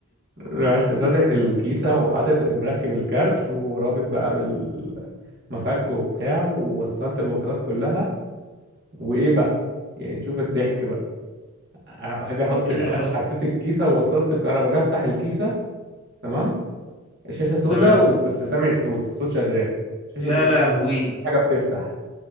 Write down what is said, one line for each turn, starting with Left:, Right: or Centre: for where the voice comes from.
Right: رحت فاتح الكيسة وحاطط مركب الكارت ورابط بقى بالمفك وبتاع ووصلت الوصلات كلها وإيه بقى يعني شوف الضحك بقى أجي أحط
Left: اللي حصل
Right: حطيت الكيسة ووصلت الكهرباء أجي أفتح الكيسة تمام الشاشة سودة
Left: تمام
Right: وبس سامع الصوت الصوت شغال الشاشة
Left: يا
Right: سودة،
Left: لهوي
Right: حاجة بتفتح